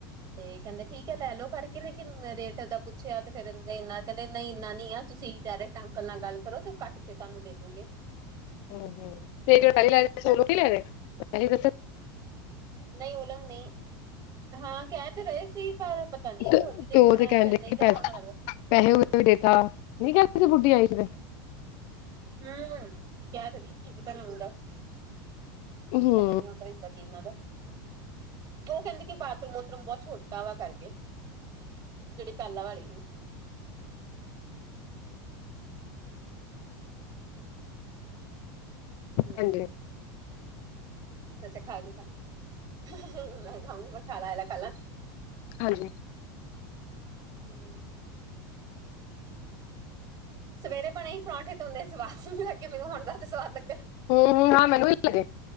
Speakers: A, on the right; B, on the left.
A: ਤੇ ਕੈਂਦੇ ਠੀਕ ਐ ਲੈ ਲਓ ਕਰਕੇ ਲੇਕਿਨ ਰੇਟਦਾ ਪੁੱਛਿਆ ਤੇ ਫੇਰ ਦੇਣ। ਕੈਦੇ ਨਈ ਨਾਨੀ ਆ ਤੁਸੀਂ ਡੈਰੈਕਟ ਅੰਕਲ ਨਾਲ ਗਾੱਲ ਕਰੋ ਤੇ ਘਾਟ ਕੇ ਤੁਆਨੂੰ ਦੇ ਦੋਗੇ।
B: <unintelligible> ਤੇ ਜੇੜੇ ਪੈਰੇ ਲਾੲ
A: ਹਮ
B: ਸੀ, ਅੋ ਲੋਕੀ ਲੈਗੇ ਦਸੋ?
A: ਨਈ- <inaudible> ਨਈ ਹਾਂ, ਕੈ ਤੇ ਰਏ ਸੀ, ਪਰ ਪਤਾ ਨੀ।
B: ਤੇ
A: ਹੋਰ ਵੀ ਦੇਖਣ
B: ਤੇ ਉਹ ਤੇ
A: ਆਏ,
B: ਕਹਿੰਦੇ
A: ਫੇਰ ਨਈ
B: ਕਿ
A: ਲੈਣਾ
B: ਪੈ
A: ਹੋਣਾ ਲੱਗਦਾ।
B: <unintelligible>
A: ਹੂੰ। ਕੈ ਤੇ ਰੀ ਕਿ ਪਤਾ ਹੁਨਦਾ।
B: ਹੂੰ
A: ਸਮਝ ਨੀ ਆਓਂਦਾ ਇਸਦਾ ਕੀ ਨਾਂ ਦਾ। ਓ ਕੈਂਦੇ ਕਿ ਬਾਥਰੂਮ-ਬੂਥਰੂਮ ਬੋਤ ਛੋਟਾ ਵਾ ਕਰਕੇ। ਜੇੜੀ ਪੈਲਾਂ ਵਾਲੀ ਹੀ। ਹੂੰ
B: ਹਾਂਜੀ।
A: ਅੱਛਾ ਖਾਲੂਗਾ, ਮੈਂ ਖਾਊਂ ਖਾਲਾ ਐਲਾ ਖਾਲਾ।
B: ਹਾਂਜੀ।
A: ਹੂੰ ਸਵੇਰੇ ਬਣੇ ਹੀ ਪਰੋਂਠੇ ਤੇ ਓਨੇ ਸਵਾਦ ਨੀ ਲੱਗੇ, ਮੈਨੂੰ ਹੁਨ ਜਾਦਾ ਸਵਾਦ ਲੱਗ
B: ਹੂੰ-ਹੂੰ ਹਾਂ ਮੈਨੂੰ ਵੀ ਨੀ ਲੱਗੇ,